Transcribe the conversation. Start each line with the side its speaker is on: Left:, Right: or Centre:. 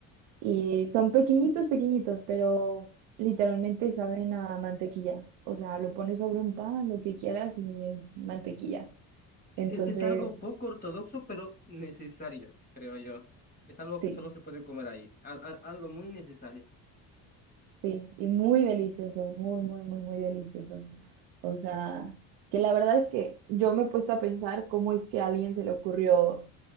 Right: y son pequeñitos, pequeñitos, pero literalmente saben a mantequilla. O sea, lo pones sobre un pan, lo que quieras y es mantequilla. Entonces,
Left: Es, es algo poco ortodoxo, pero necesario, creo yo. Es algo que
Right: sí.
Left: solo se puede comer ahí. al- al- algo muy necesario.
Right: Sí, y muy delicioso, muy, muy, muy, muy delicioso. O sea, que la verdad es que yo me he puesto a pensar cómo es que a alguien se le ocurrió